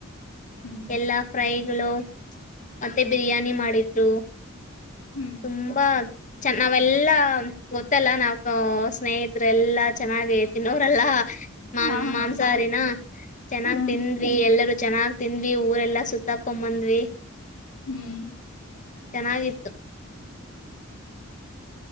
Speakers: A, on the left; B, on the left.
A: ಹ್ಮ್
B: ಎಲ್ಲಾ ಫ್ರೈ ಗಳು <unintelligible> ಮತ್ತೆ ಬಿರಿಯಾನಿ ಮಾಡಿದ್ರು
A: ಹ್ಮ್
B: ತುಂಬಾ ಚ ನಾವೆಲ್ಲಾ ಗೊತ್ತಲ್ಲ ನಾವ ಸ್ನೇಹತ್ರೆಲ್ಲಾ ಚೆನ್ನಾಗೆ ತಿನ್ನೋರೆಲ್ಲಾ ಮಾ
A: ಹಾ
B: ಮಾಂಸಾಹಾರಿನ
A: ಹೌದು
B: ಚೆನ್ನಾಗ್
A: ಹ್ಮ್
B: ತಿಂದ್ವಿ ಎಲ್ಲರೂ ಚನಾಗ್ ತಿಂದ್ವಿ ಊರೆಲ್ಲಾ ಸುತ್ತಾಕೊಬಂದ್ವಿ.
A: ಹ್ಮ್
B: ಚೆನ್ನಾಗಿತ್ತು.